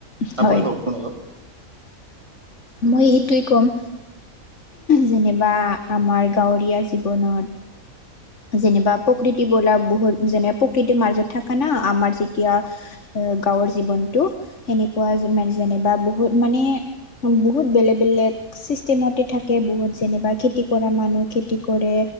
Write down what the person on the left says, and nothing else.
হয়
মই সেইটোৱেই ক'ম যেনিবা আমাৰ গাঁৱৰীয়া জীৱনত যেনিবা প্ৰকৃতি বোলা বহুত যেনে প্ৰকৃতিৰ মাজত থকা না আমাৰ যেতিয়া গাঁৱৰ জীৱনটো সেনেকুৱা মানে যেনিবা বহুত মানে বহুত বেলেগ বেলেগ চিষ্টেমতে থাকে বহুত যেনিবা খেতি কৰা মানুহ খেতি কৰে